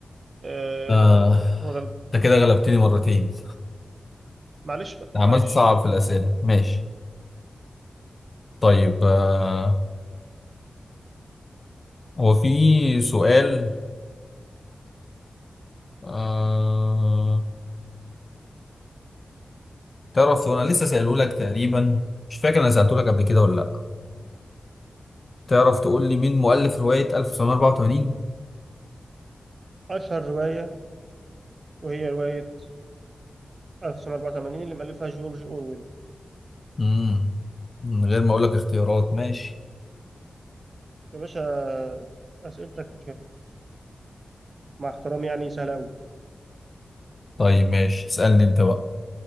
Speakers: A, on the right; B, on the left.
A: آه،
B: آه
A: هو ده الجواب.
B: أنت كده غلبتني مرتين
A: معلش بقى
B: عملت
A: معلش
B: صعب في الأسئلة ماشي طيب آه هو في سؤال آه تعرف أنا لسه سأله لك تقريبا مش فاكر أنا سألته لك قبل كده ولا لأ تعرف تقول لي مين مؤلف رواية 1984؟
A: أشهر رواية وهي رواية 1984 اللي مألفها جورج أورويل
B: امم من غير ما اقول لك اختيارات ماشي
A: يا باشا أسئلتك مع احترامي يعني سهلة أوي
B: طيب ماشي اسألني انت بقى